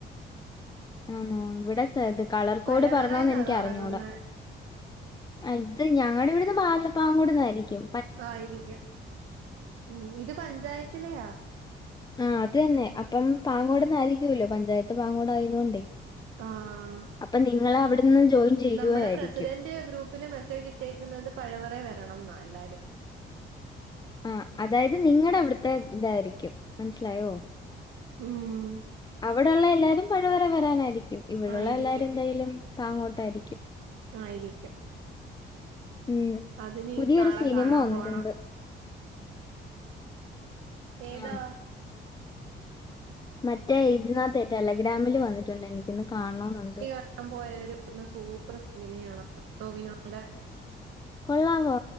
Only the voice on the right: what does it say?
പഴവറേന്നാ
തൊടങ്ങുന്നെ
ആയിരിക്കും ഉം ഇത് പഞ്ചായത്തിലെയാ
ആഹ്
നമ്മടെ പ്രസിഡന്റ് ഗ്രൂപ്പില് മെസ്സേജ് ഇട്ടേക്കുന്നത് പഴവറെ വരണന്നാ എല്ലാരും.
ഉം
ആയിരിക്കും
ആയിരിക്കും.
അത് നീ
നാളെ
കാണാം
പോണം. ഏതാ
<unintelligible> പോയോരർഞ്ഞ് സൂപ്പർ സിനിമയാണ് ടോവിനോടെ